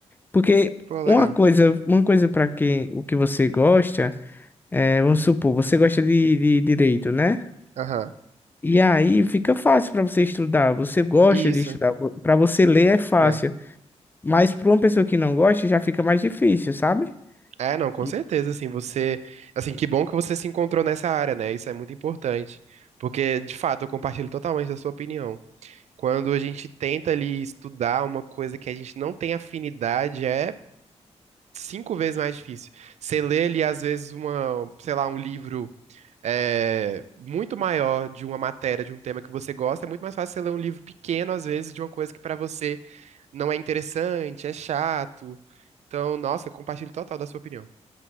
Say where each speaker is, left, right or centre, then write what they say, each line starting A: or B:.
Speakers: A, on the left; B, on the right.
A: Porque
B: Pô, legal.
A: uma coisa, uma coisa para quem o que você gosta, é, vamos supor, você gosta de, de direito, né?
B: Aham.
A: E aí fica fácil para você estudar. Você gosta
B: Isso.
A: de estudar. Para você ler é fácil.
B: é.
A: Mas para uma pessoa que não gosta, já fica mais difícil, sabe?
B: É, não, com
A: E-
B: certeza, assim, você, assim, que bom que você se encontrou nessa área, né? Isso é muito importante, porque de fato eu compartilho totalmente da sua opinião. Quando a gente tenta ali estudar uma coisa que a gente não tem afinidade, é cinco vezes mais difícil. Você lê ali às vezes uma, sei lá, um livro é, muito maior de uma matéria, de um tema que você gosta, é muito mais fácil você ler um livro pequeno às vezes de uma coisa que pra você não é interessante, é chato. Então, nossa, eu compartilho total da sua opinião.